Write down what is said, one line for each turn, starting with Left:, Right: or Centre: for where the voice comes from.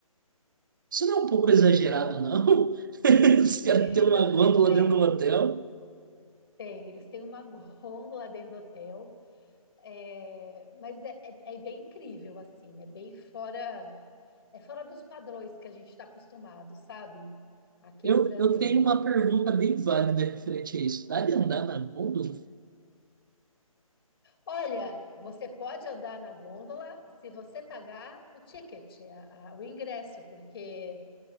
Right: Isso não é um pouco exagerado,
Left: Então,
Right: não? <laughs> Os caras
Left: <laughs>
Right: têm
Left: então
Right: uma gôndola
Left: cê-
Right: dentro do hotel.
Left: tem, eles têm uma gôndola dentro do hotel, É, mas é, é, é bem incrível, assim, é bem fora, é fora dos padrões que a gente está acostumado, sabe? Aqui
Right: Eu,
Left: no Brasil,
Right: eu tenho
Left: mas
Right: uma pergunta bem válida referente a isso. Dá de andar na gôndola?
Left: olha, você pode andar na gôndola se você pagar o ticket, a- a- o ingresso, porque